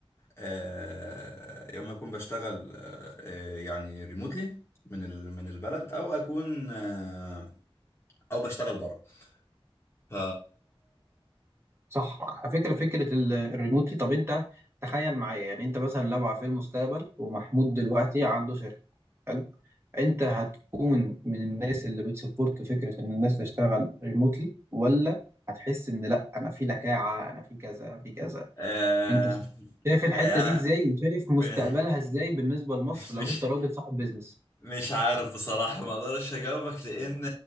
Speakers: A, on the left; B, on the right.
A: آه، يا اما اكون بشتغل آه، آه، يعني ريموتلي من ال... من البلد او اكون آه، او بشتغل بره ف
B: صح على فكره فكره ال- الريموتلي طب انت تخيل معايا يعني انت مثلا لو في المستقبل ومحمود دلوقتي عنده شركه حلو انت هتكون من الناس اللي بتسبورت فكره ان الناس تشتغل ريموتلي ولا هتحس ان لا انا في لكاعه انا في كذا في كذا
A: آه،
B: انت س- شايف الحته
A: آه، انا
B: دي ازاي وشايف
A: <laughs>
B: مستقبلها ازاي بالنسبه لمصر
A: مش
B: لو انت راجل صاحب بيزنس
A: مش عارف بصراحة ما اقدرش اجاوبك لان